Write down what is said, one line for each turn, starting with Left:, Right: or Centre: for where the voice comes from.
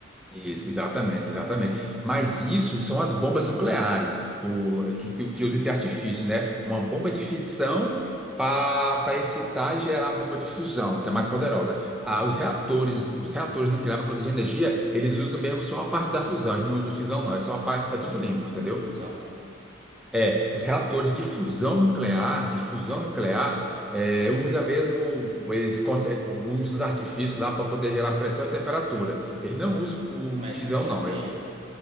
Centre: Isso, exatamente, exatamente. Mas isso são as bombas nucleares, o, que, que que usa esse artifício, né? Uma bomba de fissão para excitar e gerar a bomba de fusão, que é mais poderosa. Ah,
Right: Ah,
Centre: os reatores, os reatores nucleares para produzir energia, eles usam mesmo só a parte da fusão, eles não usam fissão, não, é só a parte, é tudo limpo, entendeu?
Right: fusão?
Centre: É, os reatores de fusão nuclear, de fusão nuclear, é, usa mesmo, eles conseguem, usam os artifícios lá para poder gerar pressão e temperatura. Eles não usam o
Right: Mas
Centre: fissão,
Right: já
Centre: não.
Right: tem isso?